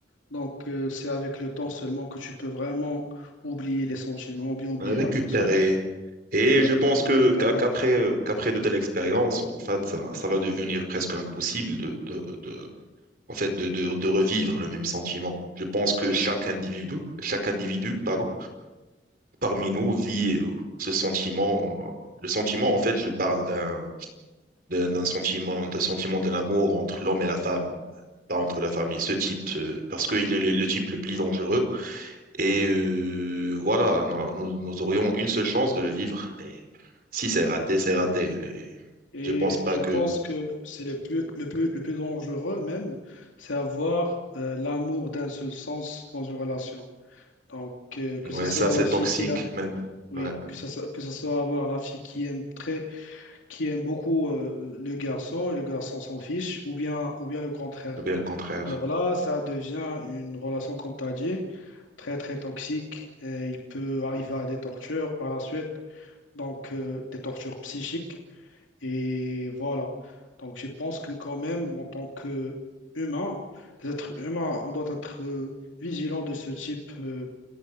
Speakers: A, on the left (about 85°); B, on the right (about 50°).
A: Donc, euh, c'est avec le temps seulement que tu peux vraiment oublier les sentiments ou bien oublier
B: Récupérer.
A: la personne.
B: Et
A: Exactement.
B: je pense que
A: Récupérer
B: qu'a-
A: ta
B: qu'après
A: vie.
B: euh, qu'après de telles expériences, en fait, ça, ça va devenir presque impossible de, de, de en fait de, de, de revivre le même sentiment. Je pense que chaque individu, chaque individu, pardon parmi nous vit euh, ce sentiment. euh, Le sentiment, en fait, je parle d'un d'un d'un sentiment, d'un sentiment de l'amour entre l'homme et la femme, pas entre la femme et Ce type, ce- parce qu'il est le, le type le plus dangereux. Et euh, voilà, non, nous, nous aurions une seule chance de le vivre. Et si c'est raté, c'est raté. Et
A: Et
B: je pense pas
A: je
B: que
A: pense que c'est le plus, le plus, le plus dangereux même, c'est avoir euh, l'amour d'un seul sens dans une relation. Donc, euh, que
B: ouais,
A: ce soit
B: ça, c'est
A: la
B: toxique
A: fille qui a
B: même.
A: Oui,
B: Ouais,
A: que ça, soit- que ça soit avoir la fille qui aime très, qui aime beaucoup euh, le garçon et le garçon s'en fiche, ou bien, ou bien le contraire.
B: ou bien le contraire.
A: Alors là, ça devient une relation, comme tu as dit, très très toxique et il peut arriver à des tortures par la suite, donc euh, des tortures psychiques. Et voilà. Donc je pense que quand même, en tant que humain, des êtres humains, on doit être euh, vigilant de ce type, euh,